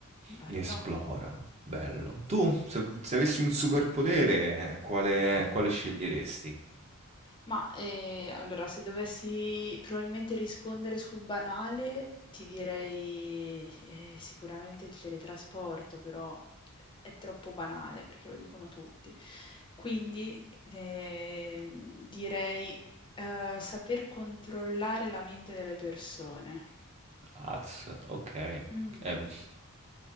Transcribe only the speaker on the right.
esplora, bello. Tu, se, se avessi un superpotere, quale, quale sceglieresti?
Az, ok.
Ehm, <laughs>